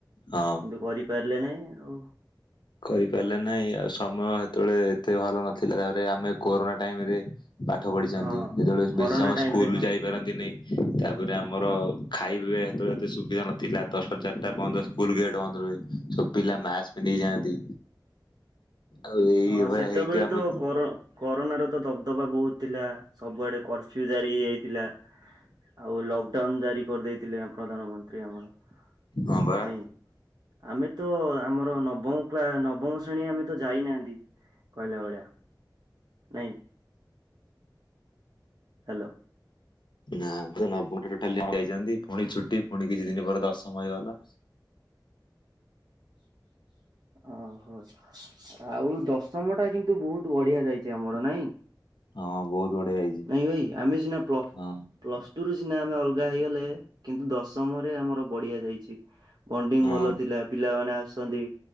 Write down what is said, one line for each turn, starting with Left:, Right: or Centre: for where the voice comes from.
Left: ହଁ।
Right: କିନ୍ତୁ କରିପାରିଲେ ନାହିଁ ଆଉ।
Left: କରିପାରିଲେ ନାଇଁ ଆଉ ସମୟ ସେତେବେଳେ ଏତେ ଭଲ ନଥିଲା ତାପରେ ଆମେ କୋରୋନା ଟାଇମରେ। ପାଠ ପଢ଼ିଛନ୍ତି
Right: ହଁ
Left: ଯେତେବେଳେ
Right: କରୋନା
Left: ବେଶୀ ସମୟ
Right: ଟାଇମ
Left: ସ୍କୁଲ
Right: ରେ ହଁ।
Left: ଯାଇପାରନ୍ତିନି। ତାପରେ ଆମର ଖାଇବା ସେତେବେଳେ ଏତେ ସୁବିଧା ନଥିଲା ଦଶଟାରୁ ଚାରିଟା ପର୍ଯ୍ୟନ୍ତ ସ୍କୁଲ ଗେଟ ବନ୍ଦ ରୁହେ। ସବୁ ପିଲା ମାସ୍କ ପିନ୍ଧିକି ଯାଆନ୍ତି ଆଉ ଏଇଭଳିଆ
Right: ହଁ ସେତେବେଳେ
Left: ହେଇକି ଆମ।
Right: ତ କରୋ କରୋନାର ତ ଦବଦବା ବହୁତ ଥିଲା ସବୁଆଡେ କର୍ଫ୍ୟୁ ଜାରି ହେଇଯାଇଥିଲା। ଆଉ ଲକଡାଉନ ଜାରି କରିଦେଇଥିଲେ ଅ ପ୍ରଧାନମନ୍ତ୍ରୀ ଆମର
Left: ହଁ ପରା
Right: ନାଇଁ। ଆମେ ତ ଆମର ନବମ କ୍ଲା ନବମ ଶ୍ରେଣୀ ଆମେ ତ ଯାଇନା ତି କହିଲା ଭଳିଆ ନାଇଁ। ହାଲୋ।
Left: ନା ନବମ ଟୋଟାଲ <unintelligible> ଯାଇଛନ୍ତି ପୁଣି ଛୁଟି ପୁଣି କିଛି ଦିନ ପରେ ଦଶମ ହେଇଗଲା।
Right: ଓ ହୋ। ଆଉ ଦଶମ ଟା କିନ୍ତୁ ବହୁତ ବଢିଆ ଯାଇଛି ଆମର ନାଇଁ।
Left: ହଁ ବହୁତ ବଢିଆ ହେଇଛି
Right: ନାଇଁ ଭାଇ ଆମେ ସିନା ପ୍ଳ
Left: ହଁ
Right: ପ୍ଲସ ଟୁ ରୁ ସିନା ଆମେ ଅଲଗା ହେଇଗଲେ କିନ୍ତୁ ଦଶମରେ ଆମର ବଢିଆ ଯାଇଛି। ବଣ୍ଡିଙ୍ଗ
Left: ହଁ
Right: ଭଲ ଥିଲା। ପିଲାମାନେ ଆସନ୍ତି।